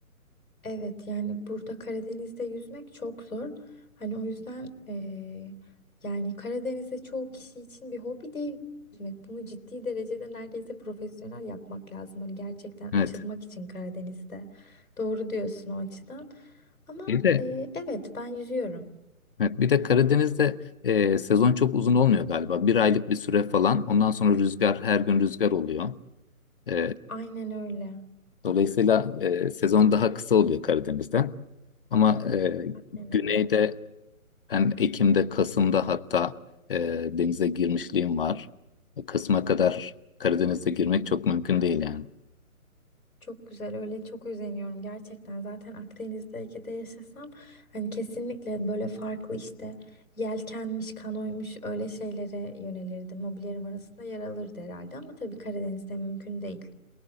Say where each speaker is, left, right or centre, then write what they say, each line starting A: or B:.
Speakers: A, on the left; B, on the left.
A: Evet yani burada Karadeniz'de yüzmek çok zor. Hani o yüzden eee, yani Karadeniz'de çoğu kişi için bir hobi değil yüzmek. Bunu ciddi derecede neredeyse profesyonel yapmak lazım. Hani gerçekten
B: Evet.
A: açılmak için Karadeniz'de. Doğru diyorsun o açıdan. Ama
B: Bir de
A: eee, evet ben yüzüyorum.
B: Evet, bir de Karadeniz'de e, sezon çok uzun olmuyor galiba. Bir aylık bir süre falan. Ondan sonra rüzgar her gün rüzgar oluyor. E,
A: Aynen öyle.
B: dolayısıyla e, sezon daha kısa oluyor Karadeniz'de. Ama e,
A: Aynen
B: güneyde
A: öyle.
B: ben Ekim'de, Kasım'da hatta e, denize girmişliğim var. Kasım'a kadar Karadeniz'e girmek çok mümkün değil yani.
A: Çok güzel öyle çok özeniyorum gerçekten zaten Akdeniz'de Ege'de yaşasam hani kesinlikle böyle farklı işte yelkenmiş kanoymuş öyle şeylere yönelirdim hobilerim arasında yer alırdı herhalde ama tabii Karadeniz'de mümkün değil.